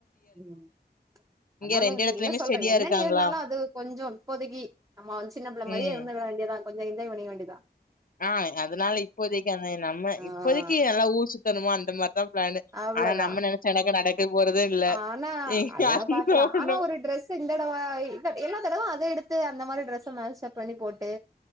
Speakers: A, on the right; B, on the left.
A: ம் அதனால
B: இங்க ரெண்டு
A: செரி
B: எடத்துலயுமே
A: இல்ல சொல்றே
B: ஸ்டெடியா
A: என்னனு
B: இருக்காங்களா
A: இருந்தாலு அது கொஞ்சோ இப்போதைக்கி நம்மோ வந்து சின்ன பிள்ள
B: ம்
A: மாரியே இருந்துட வேண்டியதுதா கொஞ்சோ என்ஜாய் பண்ணிக்க வேண்டியதுதா
B: ஆ அதனால இப்போதைக்கி அந்த நம்ம
A: ஆ
B: இப்போதைக்கி நல்லா ஊர் சுத் தனுமோ அந்த மாரி அதா ப்ளானு
A: அவ்ளதா
B: ஆனா நம்ம நெனச்சோன்னாக்கா நடக்கவே போறது இல்ல.
A: ஆனா அதென்னவோ
B: அந்த
A: பாக்கலா
B: ஒண்ணும்
A: ஆனா ஒரு டிரெஸ்ஸு இந்தடவ இ இல்ல எல்லா தடவ அதே எடுத்து அந்த மாரி டிரெஸ் ஸ மேச்சப் பண்ணி போட்டு